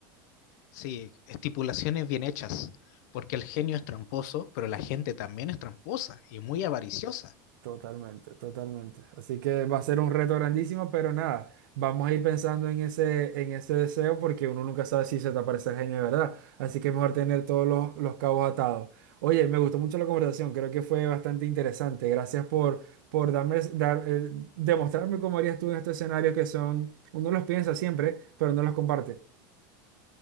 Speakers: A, on the left; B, on the right.
A: Sí, estipulaciones bien hechas, porque el genio es tramposo, pero la gente también es tramposa y muy avariciosa.
B: Totalmente, totalmente. Así que va a ser un reto grandísimo, pero nada, vamos a ir pensando en ese, en ese deseo porque uno nunca sabe si se te aparece el genio de verdad. Así que es mejor tener todos los, los cabos atados. Oye, me gustó mucho la conversación, creo que fue bastante interesante. Gracias por, por darme, dar, eh, demostrarme cómo harías tú en estos escenarios que son, uno los piensa siempre, pero no los comparte.